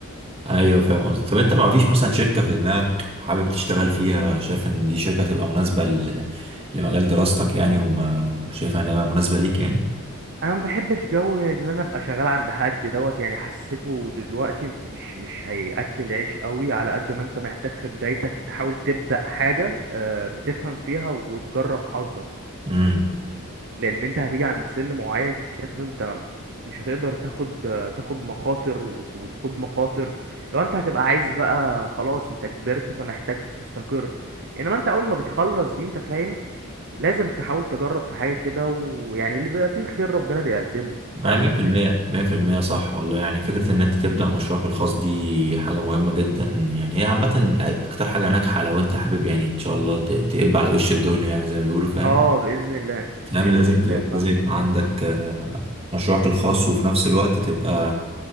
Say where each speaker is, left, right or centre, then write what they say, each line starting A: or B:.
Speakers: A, on the right (about 25°); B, on the right (about 55°).
A: أيوه فاهم قصدي طب أنت ما فيش مثلا شركة في دماغك حابب تشتغل فيها شايف إن دي شركة تبقى مناسبة ل... لمجال دراستك يعني وما... وشايفها إنها مناسبة ليك يعني؟
B: انا ما بحبش جو ان انا ابقى شغال عند حد دوت يعني حسيته دلوقتي مش مش هياكل عيش قوي على قد ما انت محتاج في بدايتك تحاول تبدا حاجه آه، بتفهم فيها وتجرب حظك
A: امم
B: لان انت هتيجي عند سن معين كده انت مش هتقدر تاخد آه، تاخد مخاطر وت- وتخوض مخاطر لو انت هتبقى عايز بقى خلاص انت كبرت فمحتاج تستقر انما انت اول ما بتخلص دي انت فاهم لازم تحاول تجرب في حاجة كده ويعني اللي بيبقى فيه الخير ربنا بيقدمه فاهم
A: انا 100%
B: قصدي
A: 100% صح والله يعني فكره ان انت تبدا مشروعك الخاص دي حاجه مهمه جدا يعني هي عامه اكتر حاجه ناجحه لو انت حابب يعني ان شاء الله ت- تقب على وش الدنيا يعني زي ما بيقولوا فاهم؟
B: اه بإذن الله
A: نعم
B: بإذن
A: لازم
B: الله
A: تبقى
B: فعلا
A: لازم يبقى عندك آه، مشروعك الخاص وفي نفس الوقت تبقى